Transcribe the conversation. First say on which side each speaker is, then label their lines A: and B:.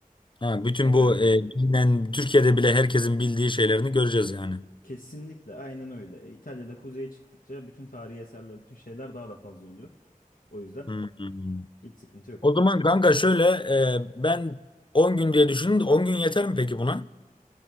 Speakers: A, on the left (about 35°); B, on the left (about 70°).
A: Ha, bütün
B: Eserlerini.
A: bu e, bilinen Türkiye'de bile herkesin bildiği şeylerini göreceğiz yani.
B: Kesinlikle aynen öyle. E, İtalya'da kuzeye çıktıkça bütün tarihi eserler, bütün şeyler daha da fazla oluyor. O yüzden
A: Hı, hı, hı.
B: hiç sıkıntı yok.
A: O zaman kanka şöyle e, ben 10 gün diye düşündüm. de 10 gün yeter mi peki buna?